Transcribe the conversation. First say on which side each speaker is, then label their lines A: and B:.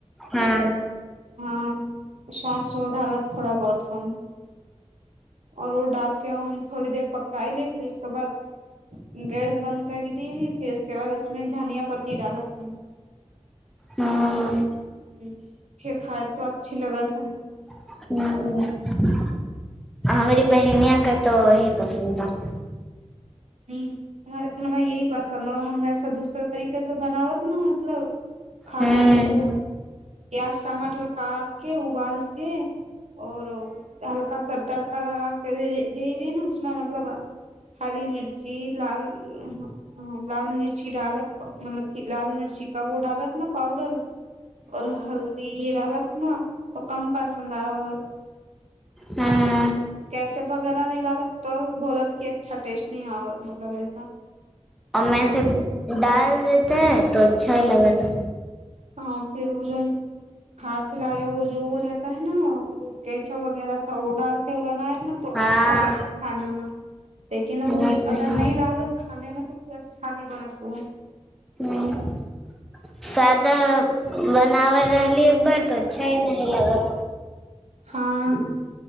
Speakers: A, in the centre; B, on the right (about 75°).
A: हँ
B: हँ सासो डालत थोड़ा बहुत हम आओर ओ डालके हमथोड़ी देर पकाइ ले फिर उसके बाद गैस बन्द करी देली फिर उसके बाद उसमे धनिया पत्ती डालब हम
A: हँ
B: ह फेर खाय तो अच्छी लगथ हुं
A: हू ह हमरी बहिनिया क त अही पसन्द बा
B: ह हमारे घररा यही पसन्द ह आओर हमऐसा दूसरा तरीके से बनावत न मतलब खाली
A: ह
B: ओ प्याज टमाटर काट के उबालके आओर हल्का सा तड़का लगा क दे रही ने उसमे मतलब हरी मिर्च शी लाल अहाँ ह लाल मिर्ची डालत मतलब की लाल मिर्ची कब डालत न पाउडर आओर हल्दी डालत न त कम पसन्द आबत
A: हूँ
B: कैचअप वगैरह नहि डालत त बोलत की अच्छा टेस्ट नहि आबत मतलब ऐसा
A: ओमें
B: हाँ
A: से डाल देते है तो अच्छा लगत है
B: तँ फेर ओजो हार सिलया व जो रहता है न कचो वगैरह ओ डालके बना ह न तो
A: हँ
B: अच्छा लागत खाना मे लेकिन ओ
A: ह
B: अगर नहि डालत खाने मे तऽ फेरण अच्छा न बनत ओ
A: ह सदा बनाबल। रहली एक बार तो अच्छा न लागल
B: हां